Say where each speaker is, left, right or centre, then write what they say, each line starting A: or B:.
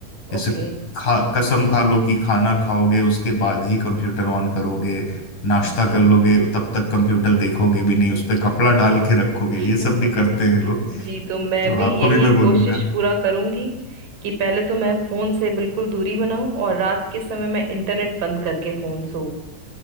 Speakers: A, on the left (about 70°); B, on the right (about 80°).
A: जैसे
B: ओके
A: खा कसम खा लो कि खाना खाओगे उसके बाद ही कंप्यूटर ऑन करोगे नाश्ता
B: जी
A: कर लोगे तब तक कंप्यूटर देखोगे भी नहीं उस पे कपड़ा डाल के रखोगे
B: <laughs>
A: ये सब भी करते हैं
B: जी तो मैं
A: तो
B: भी
A: आपको
B: यही
A: भी मैं बोलूंगा
B: कोशिश पूरा करूंगी कि पहले तो मैं फोन से बिल्कुल दूरी बनाऊं और रात के समय मैं इंटरनेट बंद करके फोन सो